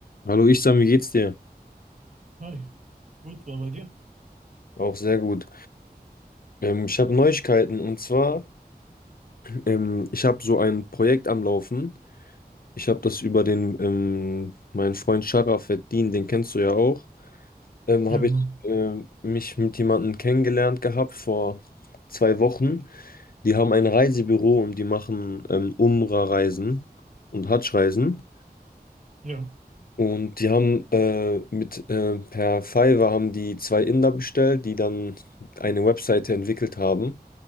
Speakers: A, on the left; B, on the right.
A: Hallo Isam, wie geht's dir?
B: Hi, gut, war bei dir?
A: Auch sehr gut. Ähm, ich habe Neuigkeiten und zwar, ähm, ich habe so ein Projekt am Laufen. Ich habe das über den, ähm, meinen Freund Sharafettin, den kennst du ja auch, ähm,
B: Ja,
A: habe
B: genau.
A: ich ähm, mich mit jemandem kennengelernt gehabt vor zwei Wochen. Die haben ein Reisebüro und die machen ähm, Umra-Reisen und Hadsch-Reisen.
B: Ja,
A: Und die haben äh, mit äh, per Fiverr haben die zwei Inder bestellt, die dann eine Webseite entwickelt haben.